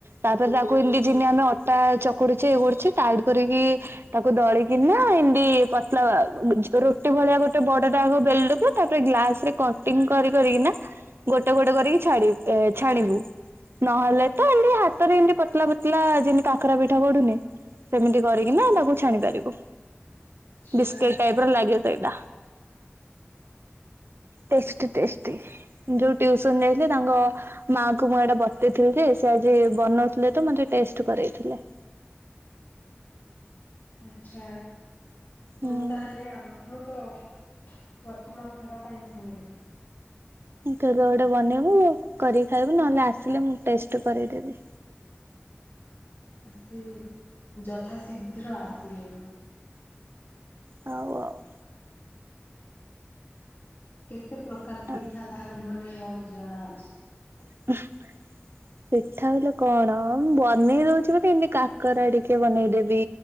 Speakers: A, on the right; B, on the left.
A: ତାପରେ ତାକୁ ଏମିତି ଜିନ୍ତି ଆମେ ଅଟା ଚକୁଡୁଚେ ଇଏ କରୁଚେ ଟାଇଡ୍ କରିକି ତାକୁ ଦଳିକନା ଏମିତି ପତଲା ଝି ରୁଟି ଭଳିଆ ଗୋଟେ ବଡ ଟା ଆଗ ବେଲ୍ ଦବୁ ତାପରେ ଗ୍ଲାସ୍ ରେ କଟିଂଙ୍ଗ କରି କରି କି ନା ଗୋଟେ ଗୋଟେ କରିକି ଛାଡିବୁ ଏ ଛାଣିବୁ। ନହେଲେ ତ ଏମତି ହାତରେ ଏମତି ପତଲା ପତଲା ଯେମିତି କାକରା ପିଠା ଗଢୁନେ କରିକିନା ତାକୁ ଛାଣି ପାରିବୁ
B: ଆଚ୍ଛା
A: ବିସ୍କୁଟ ଟାଇପ୍ ର ଲାଗେ ସେଇଟା। Tasty tasty. ଯୋଉ ଟ୍ୟୁସନ ଯାଇଥିଲେ ତାଙ୍କ ମା କୁ ମୁଁ ଏଇଟା ବତେଇଥିଲି ଯେ ସେ ଆଜି ବନଉଥିଲେ ତ ମତେ ଟେଷ୍ଟ କରେଇଥିଲେ।
B: ଆଚ୍ଛା ହଉ
A: ହୁଁ।
B: ତାହେଲେ ଆଉ ମୁଁ ତ ପ୍ରଥମ ଥର ପାଇଁ ଶୁଣିଲି।
A: କେବେ ଗୋଟେ ବନେଇବୁ ଆଉ କରିକି ଖାଇବୁ ନହେଲେ ଆସିଲେ ମୁଁ ଟେଷ୍ଟ କରେଇ ଦେବି।
B: ଆସିବି ଯଥା ଶୀଘ୍ର ଆସିବି ମୁଁ।
A: ହଉ ଆଉ।
B: କେତେ ପ୍ରକାର
A: ହଁ।
B: ପିଠା ତାହେଲେ ବନେଇବାକୁ ଜଣାଅଛି।
A: <unintelligible> ପିଠା ବଲେ କଣ ମୁ ବନେଇ ଦଉଛି ବୋଲି ଏମିତି କାକରା ଟିକେ ବନେଇଦେବି।